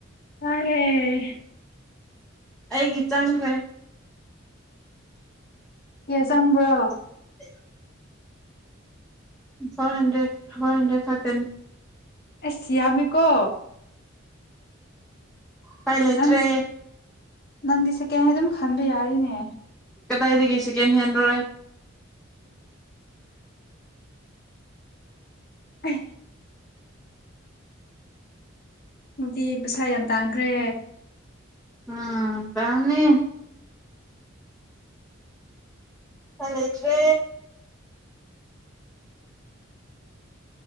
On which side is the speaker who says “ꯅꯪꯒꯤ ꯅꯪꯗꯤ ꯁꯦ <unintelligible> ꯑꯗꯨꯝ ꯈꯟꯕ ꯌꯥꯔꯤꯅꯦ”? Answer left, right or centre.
Left